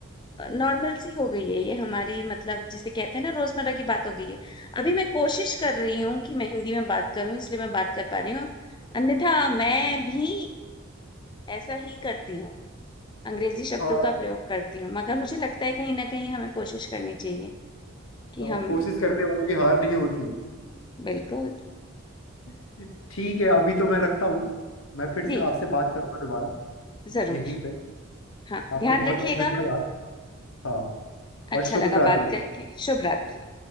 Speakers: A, on the left; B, on the left.
A: नॉर्मल सी हो गई है ये हमारी मतलब जिसे कहते हैं ना रोजमर्रा की बात हो गई है अभी मैं कोशिश कर रही हूँ कि मैं हिंदी में बात करूं इसलिए मैं बात कर पा रही हूँ अन्यथा मैं भी ऐसा ही करती हूँ अंग्रेजी शब्दों
B: हाँ
A: का प्रयोग करती हूँ मगर मुझे लगता है कहीं ना कहीं हमें कोशिश करनी चाहिए कि
B: हाँ
A: हम
B: कोशिश करने वालों की हार नहीं होती
A: बिल्कुल
B: <laughs> ठीक है अभी तो मैं रखता हूँ मैं फिर से
A: जी
B: आपसे बात करूंगा दोबारा
A: जरूर
B: यहीं पे
A: हाँ
B: आपका
A: ध्यान
B: बहुत
A: रखिएगा
B: बहुत धन्यवाद हाँ और
A: अच्छा
B: शुभ
A: लगा
B: रात्रि
A: बात करके शुभ रात्रि